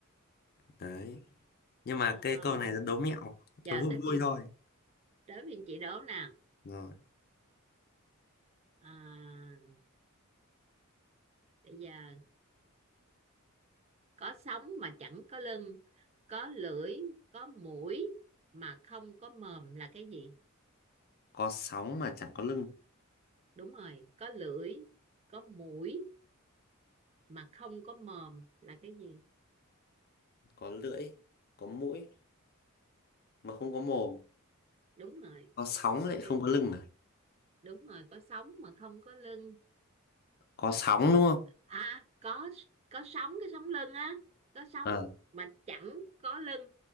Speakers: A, on the left; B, on the right.
A: đấy nhưng
B: à,
A: mà cái câu này
B: bây
A: nó đố mẹo
B: giờ
A: nó vui
B: tới
A: vui
B: phiên
A: thôi
B: đố bên chị đố nè
A: rồi
B: à, bây giờ có sống mà chẳng có lưng có lưỡi có mũi mà không có mồm là cái gì
A: có sóng mà chẳng có lưng
B: đúng rồi có lưỡi có mũi mà không có mồm là cái gì
A: có lưỡi có mũi mà không có mồm
B: đúng rồi
A: có sóng lại
B: cái
A: không
B: gì
A: có lưng à
B: đúng rồi có sống mà không có lưng
A: có sóng đúng không
B: à có có sống cái sống lưng á có sống
A: ờ
B: mà chẳng có lưng